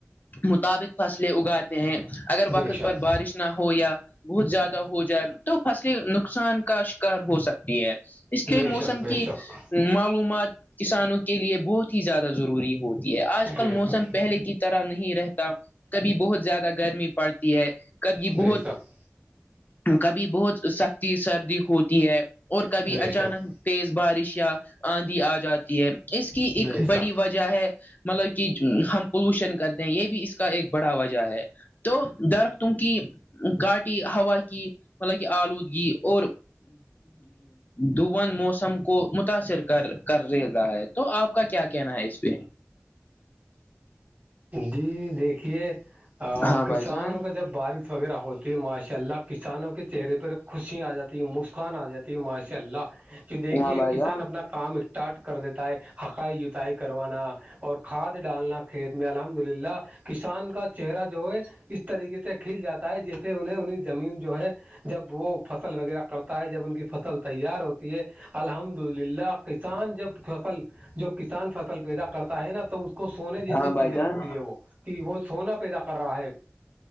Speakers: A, on the left (about 35°); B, on the right (about 30°).
A: مطابق فصلیں اگاتے ہیں اگر وقت
B: بے شک
A: پر بات بارش نہ ہو یا بہت زیادہ ہو جائے تو فصلیں نقصان کا شکار ہو سکتا ہے اس کے
B: بے
A: موسم
B: شک بے
A: کی
B: شک
A: معلومات کسانوں کے لیے بہت ہی زیادہ ضروری ہوتی ہے آج کل
B: بے
A: موسم
B: شک
A: پہلے کی طرح نہیں رہتا کبھی بہت زیادہ گرمی پڑتی ہے کبھی
B: د
A: بہت
B: سک <unintelligible>
A: کبھی بہت سختی سردی ہوتی ہے اور کبھی
B: بے
A: اچانک
B: شک
A: تیز بارش یا آندھی آ جاتی ہے اس کی
B: بے
A: ایک بڑی
B: شک
A: وجہ ہے مطلب کہ ہم پولوشن کرتے ہیں یہ بھی اس کا ایک بڑا وجہ ہے تو درختوں کی کاٹی ہوا کی مطلب کہ آلودگی اور دند موسم کو متاثر کر کر رہے گا ہے تو آپ کا کیا کہنا ہے اس پ
B: جی دیکھیے
A: ہاں
B: کسانوں
A: بھائی جان
B: کا جب بارش وغیرہ ہوتی ہے ماشاء اللہ کسانوں کے چہرے پہ خوشیا آ جاتی ہے مفت خان آ جاتی ہے ماشاء اللہ جو دیکھیے
A: ہاں بھائی
B: کسان
A: جان
B: اپنا کام اسٹارٹ کر دیتا ہے ہقائی جتائی کروانا اور کھاد ڈالنا کھیت میں الحمد للہ کسان کا چہرہ جو ہے اس طریقے سے کھل جاتا ہے جس سے انہیں انہیں زمین جو ہے جب وہ فصل وغیرہ کرتا ہے جب ان کی فصل تیار ہوتی ہے الحمد للہ کسان جب فصل جو کسان فصل پیدا کرتا ہے نا تو اس کو سونے جیسے
A: ہاں بھائی جان
B: ہے وہ کہ وہ سونا پیدا کر رہا ہے